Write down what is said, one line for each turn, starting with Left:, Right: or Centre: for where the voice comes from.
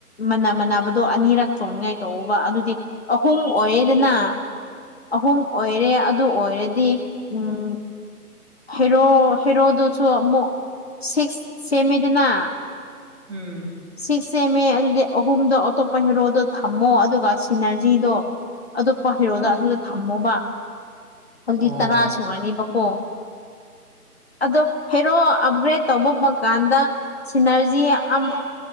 Left: ꯃꯅ ꯃꯥꯟꯅꯕꯗꯣ ꯑꯅꯤꯔꯛ ꯆꯣꯡꯅꯤꯡꯉꯥꯏ ꯇꯧꯑꯣꯕ ꯑꯗꯨꯗꯤ ꯑꯍꯨꯝ ꯑꯣꯏꯌꯦꯗꯅ ꯑꯍꯨꯝ ꯑꯣꯏꯔꯦ ꯑꯗꯨ ꯑꯣꯏꯔꯗꯤ ꯎꯝ ꯍꯦꯔꯣ ꯍꯦꯔꯣꯗꯨꯁꯨ ꯑꯃꯨꯛ ꯁꯤꯛꯁ ꯁꯦꯝꯃꯤꯗꯅ
Centre: ꯎꯝ
Left: ꯁꯤ ꯁꯦꯝꯃꯦ ꯑꯗꯨꯗꯤ ꯑꯍꯨꯝꯗꯣ ꯑꯇꯣꯞꯄ ꯍꯦꯔꯣꯗꯣ ꯊꯝꯃꯣ ꯑꯗꯨꯒ ꯁꯤꯅꯔꯖꯤꯗꯣ ꯑꯇꯣꯞꯄ ꯍꯦꯔꯣꯗ ꯑꯗꯨꯗ ꯊꯝꯃꯣꯕ ꯍꯧꯖꯤꯛꯇꯤ
Centre: ꯑꯣ
Left: ꯇꯔꯥ ꯁꯨꯔꯥꯅꯦꯕꯀꯣ ꯑꯗꯣ ꯍꯦꯔꯣ ꯑꯞꯒ꯭ꯔꯦꯗ ꯇꯧꯕ ꯐꯪꯀꯥꯟꯗ ꯁꯤꯅꯔꯖꯤ
Centre: ꯏꯅꯔꯖꯤ
Left: ꯑꯃ